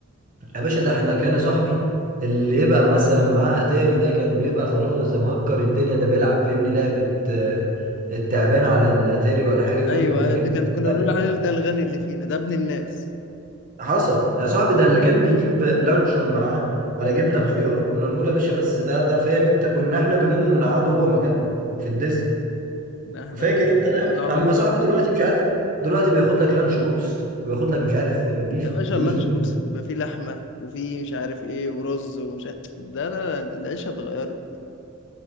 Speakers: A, on the right; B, on the left.
A: يا باشا ده احنا كان صاحبي اللي يبقى مثلا معاه اتاري ده كان بيبقى خلاص ده مهكر الدنيا ده بيلعب فاهمني لعبة آه، التعبان على الاتاري ولا حاجة فاهمني
B: ايوه
A: فكان
B: أيوة، ده
A: ده
B: كان
A: في حتة
B: كنا
A: تانية
B: بنقول عليه ده الغني اللي فينا ده ابن الناس
A: حصل يا صاحبي ده اللي كان بيجيب لانشون معاه ولا جبنه بخيار كنا نقول يا باشا بس ده ده فاهم انت كنا احنا بنقوم ونقعده هو مكاننا في الديسك
B: احنا
A: فاكر
B: كنا
A: انت الايام
B: كنا
A: دي
B: على
A: اما
B: الله
A: صاحبي
B: خالص
A: دلوقتي مش عارف دلوقتي بياخد لك لانش بوكس وياخد لك مش عارف بيف
B: يا باشا
A: ويورز
B: اللانش
A: بيف
B: بوكس بيبقى فيه لحمة وفيه مش عارف ايه ورز ومش عارف ده لا لا ده العيشة اتغيرت